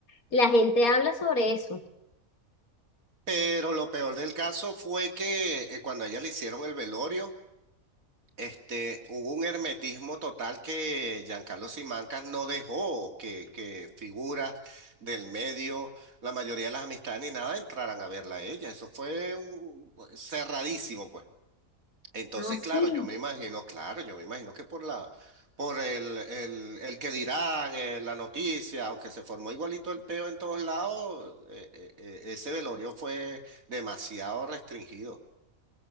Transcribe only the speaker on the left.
la gente habla sobre eso.
No,
sí,